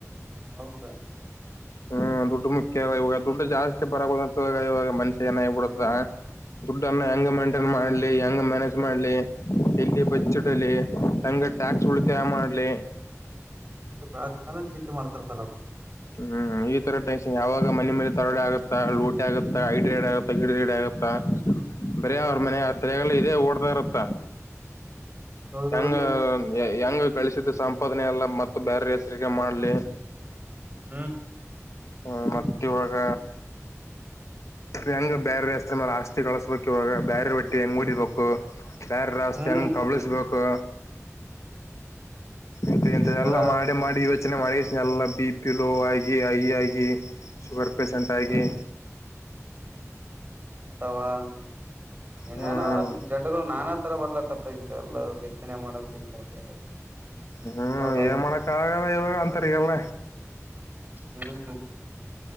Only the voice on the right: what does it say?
ಹೌದ
ಹ್ಮ್
ಅಂತ ಬೆಳಗ್ ತಾನ ಚಿಂತೆ ಮಾಡ್ತಾರತಲ ಬನ್ನಿ
ಹ್ಮ್
ಹೌದೌದ
ಹ್ಮ್
ಹ್ಮ್
ಈ ತರ
ಹ್ಮ್ ವಾ ಏನೇನೋ
ಜಡ್ಗಳು ನಾನಾ ತರ ಬರ್ಲಕತ್ <unintelligible> ಇ ಎಲ್ಲ ಹೆಚ್ಚನೆ ಮಾಡೋದ್ರಿಂದ ಬೇರೆ
ಹೌದಲ್
ಹ್ಮ್